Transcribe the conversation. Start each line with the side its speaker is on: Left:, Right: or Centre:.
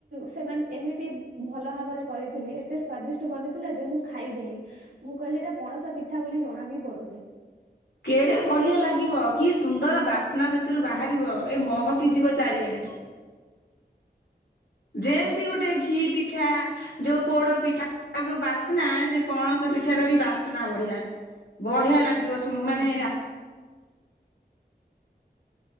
Right: ସେମାନେ ଏମିତି ଭଲ ଭାବରେ କରିଥିଲେ, ଏତେ ସ୍ଵାଦିଷ୍ଟ ବନିଥିଲା ଯେ ମୁଁ ଖାଇଦେଲି, ମୁଁ କହିଲି ଏଇଟା ପଣସା ପ ପିଠା ବୋଲି ଜଣା ବି ପଡୁନି।
Left: କେଡେ ବଢିଆ ଲାଗିବ, କି ସୁନ୍ଦର ବାସ୍ନା ସେଥିରୁ ବାହାରିବ, ଏ ମହକିି ଯିବ ଚାରିଆଡେ। ଯେମିତି ଗୋଟେ ଘି ପିଠା ଯୋଉ ପୋଡ ପିଠା ସବୁ ବାସ୍ନା, ସେ ପଣସ ପିଠା ର ବି ବାସ୍ନା ବଢିଆ। ବଢିଆ ଲାଗିବ
Right: ହୁଁ।
Left: ମାନେ